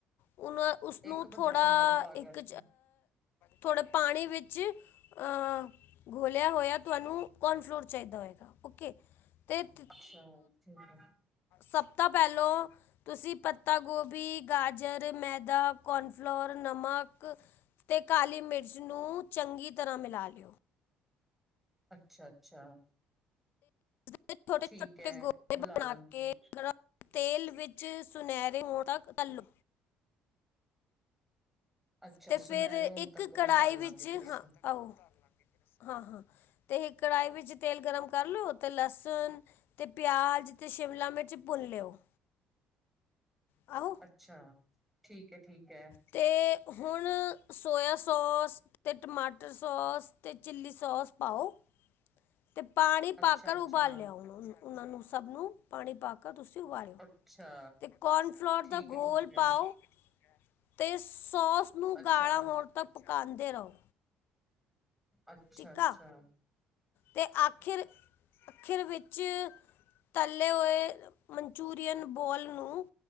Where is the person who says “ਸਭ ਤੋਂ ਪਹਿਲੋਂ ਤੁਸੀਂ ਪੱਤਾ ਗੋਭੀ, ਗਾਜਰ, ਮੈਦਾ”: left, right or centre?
Left